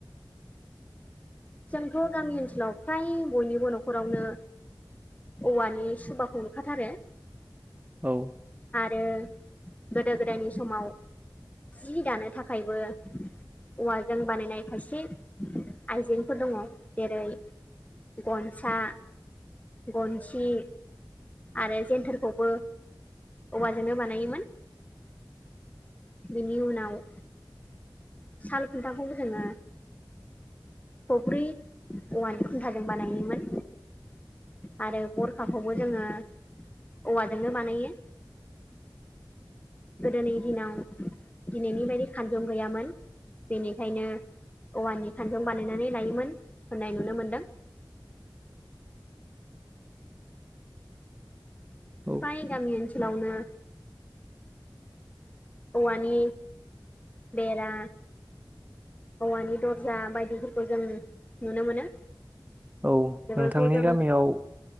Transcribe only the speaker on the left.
जोंथ' गामि ओनसोलाव फ्राय बयनिबो न'खरावनो। औवा नि सुबाखौ नुखाथारो।
आरो गोदो गोदायनि समाव' जि दानो थाखायबो औवाजों बानायनाय खायसे आइजें फोर दङ' जेरै' गनसा गनसि। आरो जन्थारखौबो औवाजोंनो बानायोमोन। बिनि उनाव साल खुनटा खौबो जोङो फख्रि औवा नि खुन्थाजों बानायोमोन। आरो गरखाखौबो जोङो औवाजोंनो बानायो। गोदोनि दिनाव दिनैनि बायदि खानजं गैयामोन। बेनिखायनो औवानि खानजुं बानायनानै लायोमोन होननाय नुनो मोनदों।
फाय गामि ओनसोलावनो। औवा नि बेरा। औवा नि दर्जा बायदिफोरखौ जों नुनो मोनो।
बेफोरखौ
जों